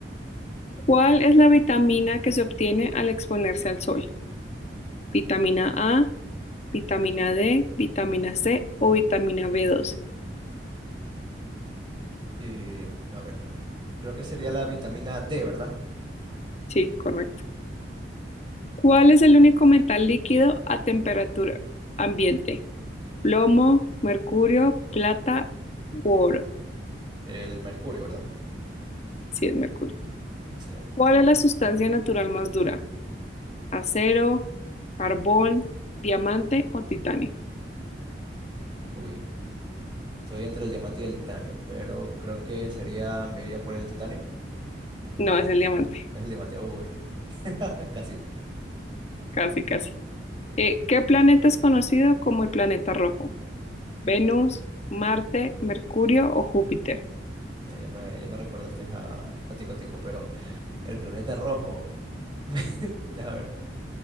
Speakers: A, on the left (about 35°); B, on the right (about 30°).
A: ¿Cuál es la vitamina que se obtiene al exponerse al sol? ¿Vitamina A, vitamina D, vitamina C o vitamina B12?
B: Y a ver, creo que sería la vitamina D, ¿verdad?
A: Sí, correcto. ¿Cuál es el único metal líquido a temperatura ambiente? ¿Plomo, mercurio, plata u oro?
B: El mercurio, ¿verdad?
A: Sí, es mercurio.
B: Excelente.
A: ¿Cuál es la sustancia natural más dura? ¿Acero, carbón, diamante o titanio?
B: Uy, estoy entre el diamante y el titanio, pero creo que sería, me iría por el titanio.
A: No, es el diamante.
B: Es el diamante, uy, <laughs> casito.
A: Casi, casi. Eh, ¿qué planeta es conocido como el planeta rojo? Venus, Marte, Mercurio o Júpiter.
B: Eh, me- ya me recordaste a, a Tico Tico, pero el planeta rojo, <laughs> deja ver.